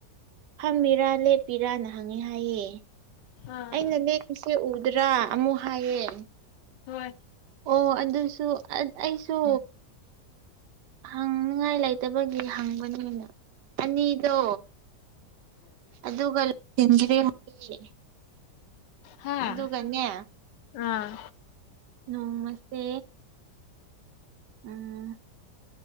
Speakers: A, on the right; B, on the left.
A: ꯐꯝꯃꯤꯔꯥ ꯂꯦꯞꯄꯤꯔꯅ ꯍꯪꯉꯦ ꯍꯥꯏꯌꯦ
B: ꯑꯥ
A: ꯑꯩꯅ ꯂꯦꯞꯄꯤꯁꯦ ꯎꯗꯔꯥ ꯑꯃꯨꯛ ꯍꯥꯏꯌꯦ
B: ꯍꯣꯏ
A: ꯑꯣ ꯑꯗꯨꯁꯨ ꯑꯠ ꯑꯩꯁꯨ ꯍꯪꯅꯉꯥꯏ ꯂꯩꯇꯕꯒꯤ ꯍꯪꯕꯅꯤꯅ ꯑꯅꯤꯗꯣ ꯑꯗꯨꯒ <unintelligible> ꯍꯥꯌꯦ
B: ꯍꯥꯥ
A: ꯑꯗꯨꯒꯅꯦ
B: ꯑꯥ
A: ꯅꯣꯡꯃꯁꯦ ꯎꯝ